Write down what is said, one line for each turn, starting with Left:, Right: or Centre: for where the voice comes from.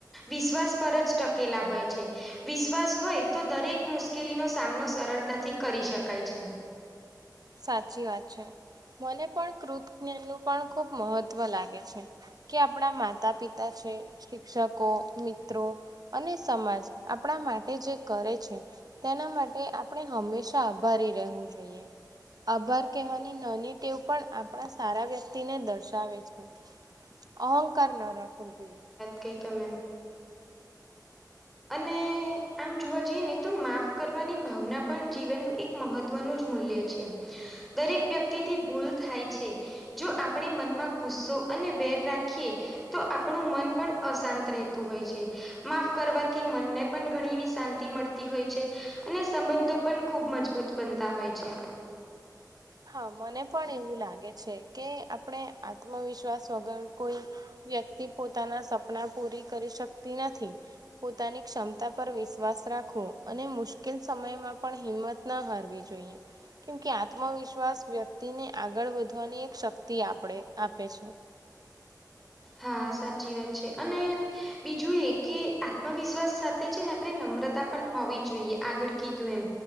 Centre: વિશ્વાસ પર જ ટકેલા હોય છે. વિશ્વાસ હોય તો દરેક મુશ્કેલીનો સામનો સરળતાથી કરી શકાય છે.
Right: સાચી વાત છે મને પણ કૃત જ્ઞાન નું પણ ખૂબ મહત્વ લાગે છે. કે આપણા માતા પિતા છે શિક્ષકો મિત્રો. અને સમાજ આપણા માટે જે કરે છે. તેના માટે આપણે હંમેશા આભારી રહેવું જોઈએ. આભાર કહેવાની નાની ટેવ પણ આપણા સારા વ્યક્તિને દર્શાવે છે. અહંકાર ના રાખવું જોઈએ.
Centre: કં તમે. અને આમ જોવા જઈએ ને તો માફ કરવાની ભાવના. પણ જીવન એક મહત્વનું જ મૂલ્ય છે. દરેક વ્યક્તિ થી ભૂલ થાય છે જો આપણે મનમાં. ગુસ્સો અને વેર રાખીએ તો આપણું મન. અશાંત રહેતું હોય છે માફ કરવાથી મનને પણ ઘણી એવી શાંતિ મળતી. હોય છે અને સંબંધો પણ ખૂબ મજબૂત બનતા હોય છે.
Right: હા મને પણ એવું લાગે છે કે આપણે આત્મવિશ્વાસ. વગર કોઈ વ્યક્તિ પોતાના સપના પૂરી કરી શકતી નથી. પોતાની ક્ષમતા પર વિશ્વાસ રાખવો અને મુશ્કેલ સમયમાં પણ હિંમત. ના હારવી જોઈએ કેમ કે આત્મવિશ્વાસ. વિશ્વાસ વ્યક્તિને આગળ વધવાની એક શક્તિ આપણે આપે છે.
Centre: હા સાચી વાત છે અને બીજું એ કે આત્મવિશ્વાસ સાથે છે ને આપણે ન. નમ્રતા પણ હોવી જોયે આગળ. કીધું એમ